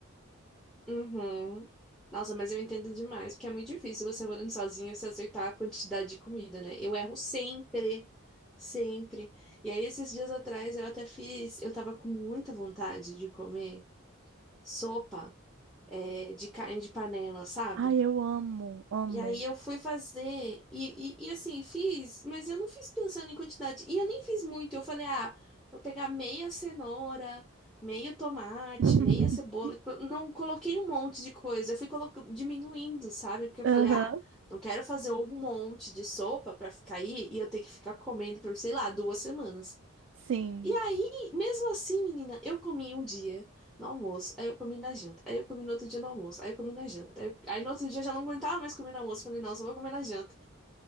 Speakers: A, in the centre; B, on the right.
A: Uhum. Nossa, mas eu entendo demais, porque é muito difícil você morando sozinho se acertar a quantidade de comida, né? Eu erro sempre, sempre. E aí, esses dias atrás, eu até fiz, eu tava com muita vontade de comer sopa, é, de carne de panela, sabe?
B: Ai, eu amo, amo.
A: E aí eu fui fazer, e, e, e assim, fiz, mas eu não fiz pensando em quantidade. E eu nem fiz muito. Eu falei, ah, vou pegar meia cenoura, meio tomate,
B: <laughs>
A: meia cebola. Tipo, eu não coloquei um monte de coisa. Eu fui colocando diminuindo, sabe? Porque eu
B: Aham.
A: falei, ah, não quero fazer um monte de sopa pra ficar aí e eu ter que ficar comendo por, sei lá, duas semanas.
B: Sim,
A: E aí, mesmo assim, menina, eu comi um dia no almoço, aí eu comi na janta, aí eu comi no outro dia no almoço, aí eu comi na janta. Aí, eu- aí no outro dia eu já não aguentava mais comer no almoço, falei, não, só vou comer na janta.